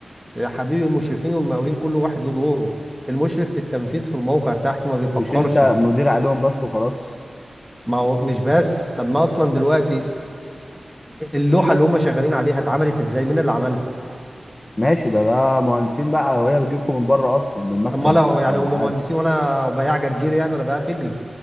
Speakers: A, in the centre; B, on the left.
A: يا حبيبي المشرفين والمقاولين كل واحد له دوره المشرف في التنفيذ في الموقع تحت ما بيفكرش
B: مش انت مدير عليهم بس وخلاص
A: ما هو مش بس طب ما اصلا دلوقتي اللوحه اللي هم شغالين عليها اتعملت ازاي مين اللي عملها
B: ماشي ده ده مهندسين بقى وهي بتجيلكم من بره اصلا من مكتب
A: اما
B: هندسه
A: لا يعني
B: ولا
A: هم مهندسين
B: حاجه
A: وانا بياع جرجير يعني ولا بياع فجل